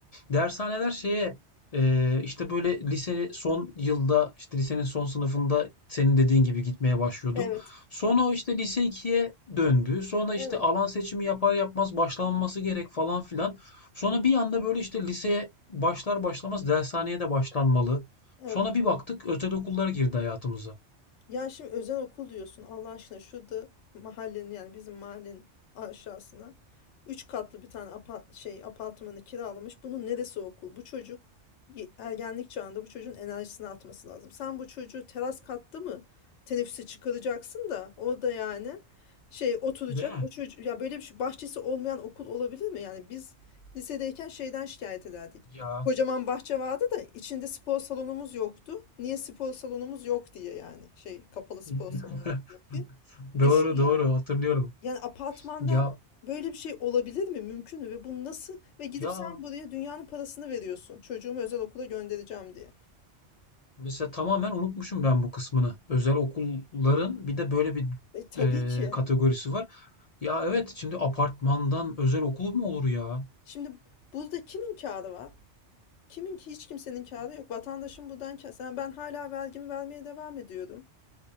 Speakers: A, on the left; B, on the left.
A: Dershaneler şeye eee, işte böyle lise son yılda işte lisenin son sınıfında senin dediğin gibi gitmeye başlıyorduk.
B: evet
A: Sonra o işte lise ikiye döndü. Sonra işte
B: evet
A: alan seçimi yapar yapmaz başlanması gerek falan filan. Sonra bir anda böyle işte liseye başlar başlamaz dershaneye de başlanmalı.
B: evet.
A: Sonra bir baktık özel okullar girdi hayatımıza.
B: Ya şimdi özel okul diyorsun Allah aşkına şurada mahallenin yani bizim mahallenin aşağısına üç katlı bir tane apa şey apartmanı kiralamış. Bunun neresi okul? Bu çocuk ye- ergenlik çağında bu çocuğun enerjisini atması lazım. Sen bu çocuğu teras katta mı teneffüse çıkaracaksın da orada yani şey oturacak
A: Değil mi?
B: o çocuk ya böyle bir şey bahçesi olmayan okul olabilir mi? Yani biz lisedeyken şeyden şikayet ederdik.
A: Ya.
B: Kocaman bahçe vardı da içinde spor salonumuz yoktu. Niye spor salonumuz yok diye yani. Şey kapalı spor
A: <laughs>
B: salonumuz yok diye.
A: Doğru
B: Düşün yani.
A: doğru hatırlıyorum.
B: Yani apartmandan
A: Ya
B: böyle bir şey olabilir mi? Mümkün mü? Ve bu nasıl? Ve gidip
A: ya
B: sen buraya dünyanın parasını veriyorsun. Çocuğumu özel okula göndereceğim diye.
A: mesela tamamen unutmuşum ben bu kısmını. Özel okulların bir de böyle bir
B: E tabii
A: e,
B: ki.
A: kategorisi var. Ya evet şimdi apartmandan özel okul mu olur ya?
B: Şimdi burada kimin kârı var? Kimin ki hiç kimsenin kârı yok. Vatandaşın buradan kârı. Sen ben hala vergimi vermeye devam ediyorum.